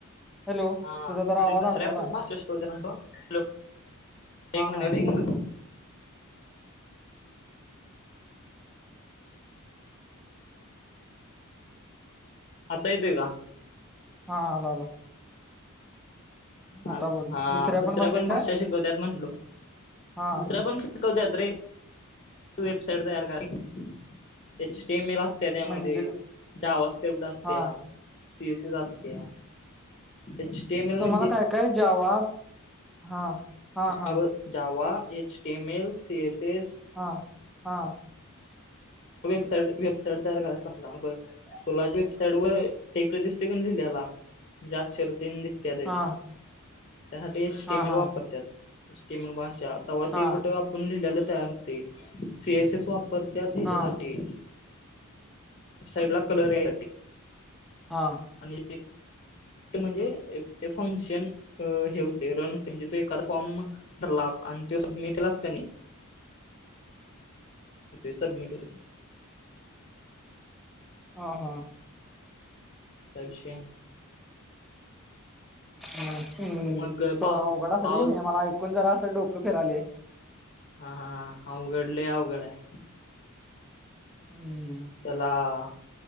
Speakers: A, in the centre; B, on the left (about 35°).
A: हॅलो
B: ह
A: तुझा जरा
B: अरे
A: आवाज
B: दुस्रेपण
A: अडकालाय
B: भाषा <unintelligible> एक
A: हा
B: मिनट,
A: हा
B: एक मिनट आता येतोय का?
A: हा आला आला
B: ह
A: आता बोल
B: हा दुसऱ्या
A: भाषेत
B: पण भाषा
A: काय
B: शिकवत्यात म्हटलो
A: हा
B: दुसऱ्या पण शिक शिकवतात रे, वेबसाईट तयार कराय <unintelligible> त्या त्यामध्ये,
A: म्हणजे
B: जावास्क्रिप्ट असत्या
A: हा
B: सीसस असत्या एच डी एमल म्ह
A: म काय काय, जावा हा हा
B: ह
A: हा
B: अ Java, H M L, C S S.
A: हा हा.
B: वेबसाईट वेबसाईट तयार करायला सांगतात हा बर. तुला वेबसाईट वर टेक दिसते की लिहिलेला मज्या अक्षरतेन दिस त्या दे
A: हा
B: त्यासाठी स्टीमल
A: हा हा
B: वापरत्यात सस्टीमल भाषा तेव्हा
A: हा
B: ते कुठे पण लिहिल्याला तयार होते सी एस एस वापरत्यात हेज्यासाठी
A: हा
B: साईड ला कलर यायसाठी
A: हा.
B: आणि म्हणजे <unintelligible> फंक्शन अ हे होते रन होते, म्ह तो एखादा फॉर्म भरलास आणि तो सबमिटलास का नाही. ते सबमिट होते.
A: हा हा.
B: स विषय
A: हम्म
B: मग
A: तो
B: पा
A: अवघड असल
B: पाव
A: की नाही मला ऐकून जरा असं डोकं फिरायले.
B: हा हा, अवघडले अवघड आहे.
A: हम्म.
B: त्याला